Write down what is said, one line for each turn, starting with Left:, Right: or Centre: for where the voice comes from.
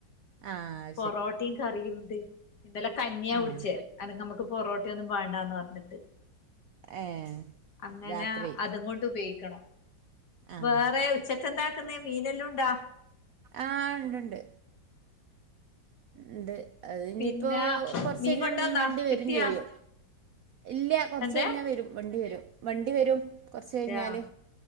Right: ആഹ്
Left: പൊറോട്ടിയും കറിയും ഉണ്ട് ഇന്നല കഞ്ഞിയാ
Right: ആഹ്
Left: കുടിച്ചേ അത് നമുക്ക് പൊറോട് മറ്റോന്നും വേണ്ട എന്ന് പറഞ്ഞിട്ട്
Right: ഏഹ്
Left: അങ്ങനെ
Right: രാത്രി
Left: അതും കൊണ്ട് ഉപയോഗിക്കണം
Right: ആഹ്
Left: വേറെ ഉച്ചക്കെന്താക്കുന്ന മീനെല്ലാം ഉണ്ടോ
Right: ആഹ് ഉണ്ട്ണ്ട് ഉണ്ട് അത് ഇനിയിപ്പോ
Left: പിന്നെ
Right: കൊറച്ച് കഴിഞ്ഞാ
Left: കൊണ്ടുവന്നാ
Right: മീൻ വണ്ടി
Left: കിട്ടിയാ
Right: വരും ചെയ്യും ഇല്ല കുറച്ച്
Left: എന്തേ
Right: കഴിഞ്ഞാൽ വരും വണ്ടി വരും വണ്ടി വരും കുറച്ച്
Left: അതെയാ
Right: കഴിഞ്ഞാല്